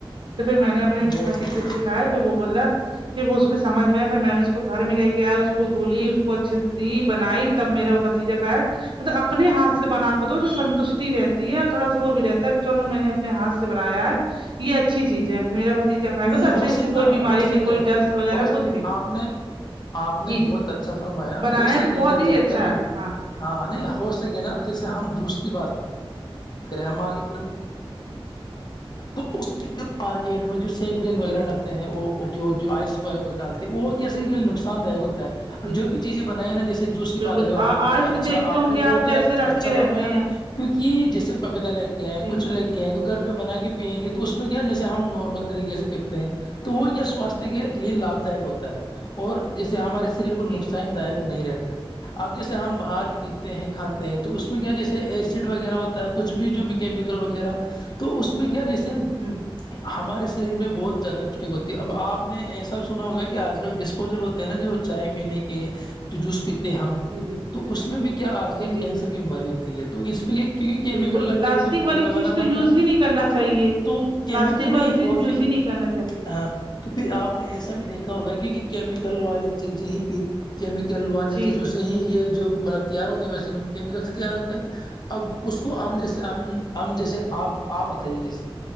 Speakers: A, on the right; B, on the left.
A: تو پھر میں نے اپنے
B: بہت
A: بھتیجے کو دکھایا تو وہ بوللا- پھر وہ اس کے سمجھ میں آئے پھر میں نے اس کو گھر میں لے کے آیا اس کو دھولی اس کو اچھے سے دی بنائی- تب میرا وہ بتیجا کا ہے- مطلب اپنے ہاتھ سے بنا کو دو تو سنتوشٹی رہتی ہے اور تھوڑا سا وہ بھی رہتا ہے کہ چلو میں نے اپنے ہاتھ سے بنایا ہے یہ اچھی چیز ہے میرا بھتیجا کھائے
B: نہیں
A: گا تو اچھا
B: ہو
A: اس
B: سک
A: میں
B: نا,
A: کوئی بیماری
B: ہو سکے
A: نہیں کوئی ڈسٹ وغیرہ
B: ہو
A: کچھ بھی نہیں
B: آپ نے- آپ نے
A: جی
B: بہت اچھا فرمایا
A: بنایا
B: وہ اس سے
A: تو
B: کہنا
A: بہت ہی
B: جب
A: اچھا
B: تک-
A: ہے ہاں
B: ہاں نہیں ہو سکے نا جیسے ہم جوس کی بات بات کریں ہمارے- تو مارکیٹ میں جو سیکرین
A: جی
B: وغیرہ ڈالتے- ہیں وہ جو آئس ڈالتے ہیں وہ کیسے نقصان داک ہوتا- اب
A: جی
B: جو بھی چیزیں بنائی ہیں نا جیسے جوس کی
A: بالکل
B: بات کری ہو آپ نے بہت
A: آج
B: اچھا
A: بھی دیکھتے
B: آپ
A: ہوں
B: نے
A: گے
B: بہت
A: کیسے رکھے
B: اچھا
A: رہتے
B: فرمایا
A: ہیں
B: کیونکہ جیسے پپیتا لے کےئے
A: جی
B: کچھ لے کےئے تو گھر پہ بنا کے پیئیں گے تو اس میں- اس میں کیا جیسے ہم نارمل طریقے سے پیتے ہیں تو وہ کیا سواستھ کے لیے لابھ دائک ہوتا ہے- اور جیسے ہمارے شریر کو نقصان
A: جی
B: داک نہیں رہتا ہے- اب جیسے ہم باہر پیتے ہیں کھاتے ہیں تو اس میں کیا جیسے ایسڈ وغیرہ ہوتا ہے کچھ بھی جو- کیمیکل وغیرہ تو اس میں کیا جیسے-
A: ہمم-
B: ہمارے شریر میں بہت زیادہ مسٹیک ہوتی ہے اب آپ نے ایسا سنا ہوگا کہ آج کل ڈسپ- پوجل ہوتے ہیں نا جو چائے پینے کے- جو جوس پیتے ہیں ہم
A: جی جی
B: تو اس میں بھی کیا
A: جی
B: آج کل
A: جی
B: کینسر
A: جی
B: کی بیماری ہوتی ہے تو اس پہ یہ- کیونکہ کیمیکل
A: بالکل
B: لگتے
A: پلاسٹک
B: ہے تو
A: والی
B: ملہبانا
A: چیز تو
B: بنتا
A: یوز
B: ہے
A: ہی نہیں کرنا
B: ہ
A: چاہیے
B: تو تو کیمیکل
A: پلاسٹک
B: نہیں
A: والی چیز
B: اور
A: یوز
B: پھر-
A: ہی نہیں کرنا چاہیے
B: ہاں تو پھر آپ نے ایسا بھی دیکھا ہوگا کیونکہ کیمیکل والی چیزیں ہیی کیمیکل والی
A: جی
B: چیزوں سے ہی یہ جو مطلب تیار ہوتے ہیں مشینوں میں کیمیکل سے تیار ہوتے ہیں اب- اس کو ہم
A: جی
B: جیسے ہم ہم جیسے آپ آپ بتائیے جیسے